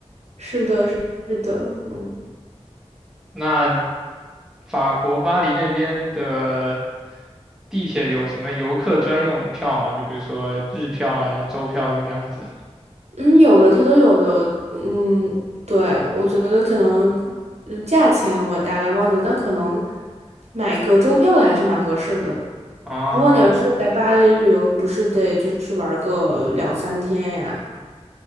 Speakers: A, on the right; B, in the centre.
A: 是的，是的，嗯
B: 那法国巴黎那边的地铁有什么游客专用票吗？就比如说日票啊、周票这个样子
A: 嗯，有的它都有的，嗯，对，我觉得可能，嗯，价钱我大概忘记了，但可能买个周票的还是蛮合适的。
B: 啊，
A: 如果你要是来巴黎旅游，不是得就是玩个两三天呀，